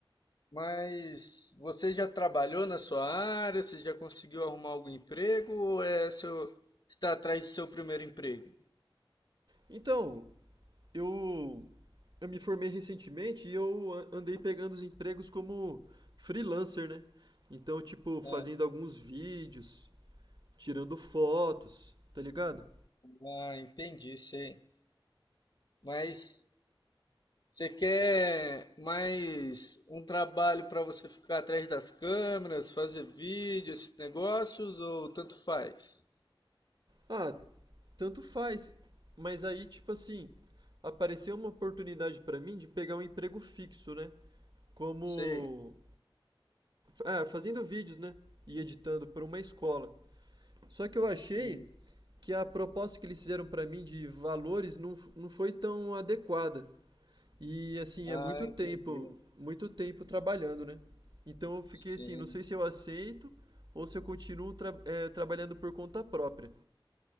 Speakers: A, on the left; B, on the right.
A: Mas você já trabalhou na sua área? Você já conseguiu arrumar algum emprego? Ou é seu, está atrás do seu primeiro emprego?
B: Então, eu, eu me formei recentemente e eu a- andei pegando os empregos como freelancer, né? Então, tipo, fazendo
A: Ah,
B: alguns vídeos, tirando fotos, tá ligado?
A: ah, entendi, sei. Mas você quer mais um trabalho para você ficar atrás das câmeras, fazer vídeo, esses negócios, ou tanto faz?
B: Ah, tanto faz. Mas aí, tipo assim, apareceu uma oportunidade pra mim de pegar um emprego fixo, né? Como,
A: Sei.
B: ah, fazendo vídeos, né? E editando para uma escola. Só que eu achei
A: Entendi.
B: que a proposta que eles fizeram pra mim de valores não, f- não foi tão adequada. E assim,
A: Ah,
B: é muito
A: entendi.
B: tempo, muito tempo trabalhando, né? Então eu fiquei
A: Sim.
B: assim, não sei se eu aceito ou se eu continuo tra- eh, trabalhando por conta própria.